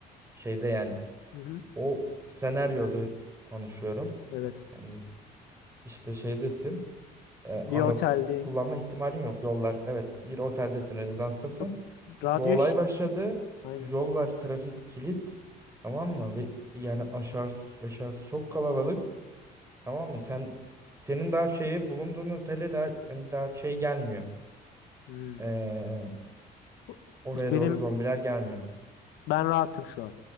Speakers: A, on the right; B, on the left.
A: şeyde yani
B: Hı hı.
A: O senaryoda konuşuyorum.
B: Evet.
A: Yani işte şeydesin. e, araba
B: Bir otelde
A: kullanma ihtimalin yok. Yollar evet bir oteldesin, rezidanstasın.
B: Yok radyo
A: Bu olay
B: iş.
A: başladı.
B: Aynen.
A: Yollar trafik kilit. Tamam mı? Ve yani aşağısı, aşağısı çok kalabalık. Tamam mı? Sen senin daha şeyi bulunduğun otele daha hani daha şey gelmiyor.
B: Hmm.
A: Ee,
B: Bu-
A: oraya
B: iş Benim
A: doğru zombiler gelmiyor.
B: ben rahatım şu an.